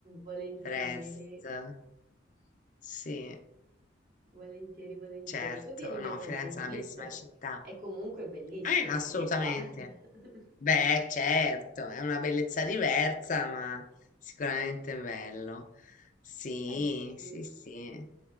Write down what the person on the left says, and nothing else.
presto. Sì,
certo.
No,
Firenze
è una bellissima città.
Eh, assolutamente.
Beh, certo, è una bellezza diversa, ma sicuramente bello. Sì,
sì, sì.